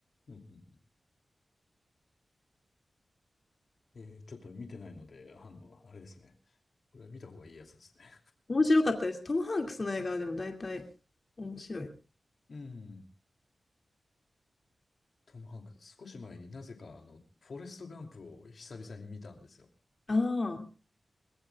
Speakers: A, on the left; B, on the left.
A: うん。うんうんへえ。ちょっと見てないので、あの、あれですね。これは見た方がいいやつですね。
B: 面白かったです。トム・ハンクスの映画はでも大体面白い。
A: うん。トム・ハンクス。少し前になぜか、あの、フォレスト・ガンプを久々に見たんですよ。
B: ああ、